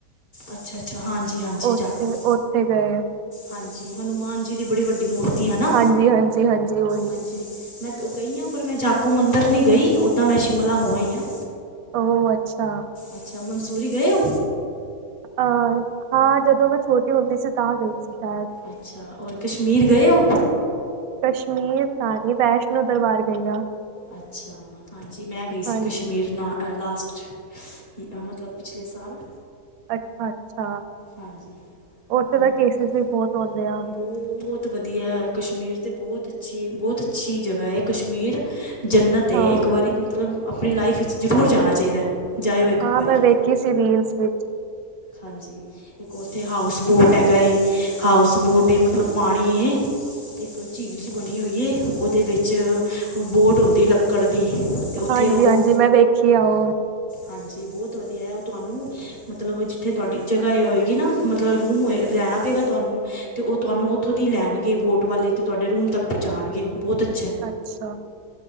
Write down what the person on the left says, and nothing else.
ਅੱਛਾ- ਅੱਛਾ, ਹਾਂਜੀ -ਹਾਂਜੀ,
ਜਾਖੂ
ਹਾਂਜੀ, ਹਨੂੰਮਾਨ ਜੀ ਦੀ, ਬੜੀ ਵੱਡੀ ਮੂਰਤੀ, ਹੈਨਾ,
ਹਾਂਜੀ ਮੈਂ ਗਈ ਹਾਂ, ਪਰ ਮੈਂ ਜਾਕੂ ਮੰਦਿਰ ਨਹੀਂ ਗਈ, ਓਦਾਂ ਮੈਂ ਸ਼ਿਮਲਾ ਹੋ ਆਈ ਹਾਂ।
ਅੱਛਾ, ਮਨਸੂਰੀ ਗਏ ਹੋ?
ਅੱਛਾ, ਹੋਰ ਕਸ਼ਮੀਰ ਗਏ, ਓ?
ਅੱਛਾ, ਹਾਂਜੀ ਮੈਂ ਗਈ ਸੀ,
ਕਸ਼ਮੀਰ ਨਾਲ ਲਾਸਟ, ਮਤਲਬ ਪਿਛਲੇ ਸਾਲ।
ਹਾਂਜੀ,
ਬਹੁ,
ਬਹੁਤ।
ਬਹੁਤ ਵਧੀਆ, ਕਸ਼ਮੀਰ ਤੇ ਬਹੁਤ ਅੱਛੀ, ਬਹੁਤ ਅੱਛੀ ਜਗ੍ਹਾ ਹੈ, ਕਸ਼ਮੀਰ ਜੰਨਤ ਏ
ਇੱਕ ਵਾਰੀ ਮਤਲਬ, ਆਪਣੀ ਲਾਈਫ ਵਿੱਚ ਜ਼ਰੂਰ ਜਾਣਾ ਚਾਹੀਦਾ। ਜਾਇਓ ਇੱਕ
ਵਾਰੀ
ਹਾਂਜੀ। ਇੱਕ, ਉੱਥੇ ਹਾਊਸ ਬੋਟ ਹੈਗਾ ਏ, ਹਾਊਸ ਬੋਟ ਏ, ਮਤਲਬ ਪਾਣੀ ਏ। ਇੱਕ, ਝੀਲ ਜੀ ਬਣੀ ਹੋਈ ਹੈ, ਉਹਦੇ ਵਿੱਚ ਬੋਟ ਹੁੰਦੀ ਲੱਕੜ ਦੀ,,,? ਤੇ ਉੱਥੇ
ਰਹੋ
ਹਾਂਜੀ, ਬਹੁਤ ਵਧੀਆ ਹੈ, ਉਹ ਤੁਹਾਨੂੰ ਮਤਲਬ ਉੱਥੇ, ਤੁਹਾਡੀ ਜਗ੍ਹਾ ਹੋਏਗੀ ਨਾ, ਮਤਲਬ, ਰੂਮ ਹੋਏ ਰਹਿਣਾ ਪਏਗਾ, ਤੁਹਾਨੂੰ ਤੇ ਉਹ ਤੁਹਾਨੂੰ ਉ ਉੱਥੋਂ ਦੀ ਲੈਣਗੇ, ਬੋਟ ਵਾਲੇ ਤੇ ਤੁਹਾਡੇ ਰੂਮ ਤੱਕ ਪਹੁੰਚਾਉਣਗੇ ਬਹੁਤ ਅੱਛ